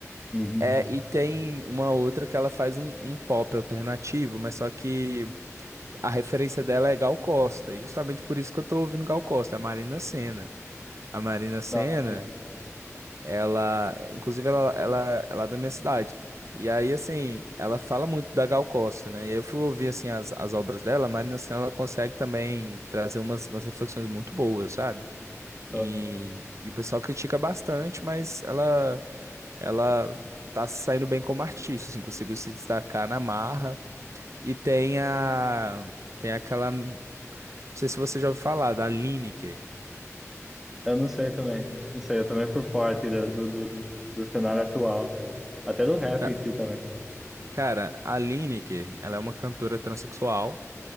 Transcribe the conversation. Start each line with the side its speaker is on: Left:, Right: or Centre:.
Centre: Uhum.
Right: É, e tem uma outra que ela faz um, um pop alternativo, mas só que a referência dela é Gal Costa, e justamente por isso que eu tô ouvindo Gal Costa, a Marina Sena. A Marina Sena.
Centre: Ah, sim.
Right: Ela, inclusive, ela, ela, ela é da minha cidade. E aí, assim, ela fala muito da Gal Costa, né? E eu fui ouvir, assim, as, as obras dela, mas Marina Senna, ela consegue também trazer umas, umas reflexões muito boas, sabe? E,
Centre: Eu
Right: e o pessoal critica bastante, mas ela, ela tá se saindo bem como artista, assim, conseguiu se destacar na marra. E tem a, tem aquela, não sei se você já ouviu falar, da Lineker.
Centre: eu não sei também. Não sei, eu também por fora assim, do, do, do do cenário atual. Até do rap
Right: Ah,
Centre: em si também.
Right: Cara, a Lineker, ela é uma cantora transexual.